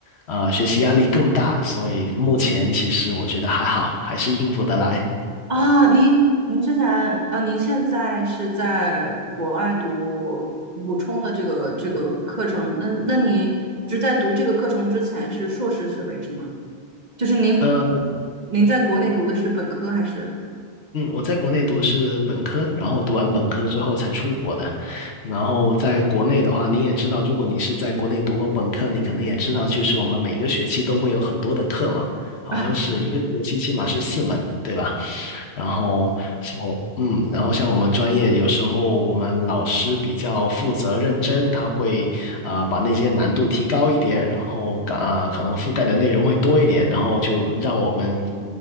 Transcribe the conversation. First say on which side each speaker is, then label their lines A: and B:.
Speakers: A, on the left (about 65°); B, on the right (about 40°).
A: 啊、学习压力更大，所以目前其实我觉得还好，还是应付得来。
B: 啊，您您之前呃，您现在是在国外读补充的这个这个课程，那那您只在读这个课程之前是硕士学位是吗？就是您
A: 呃。
B: 您在国内读的是本科还是？
A: 嗯，我在国内读的是本科，然后我读完本科之后才出国的。然后在国内的话，你也知道，如果你是在国内读过本科，你可能也知道，就是我们每个学期都会有很多的课嘛，好像是一个学期起码是四门，
B: 啊，赞
A: 对吧？然后像我，嗯，然后像我们专业，有时候我们老师比较负责认真，他会啊、把那些难度提高一点，然后啊、可能覆盖的内容会多一点，然后就让我们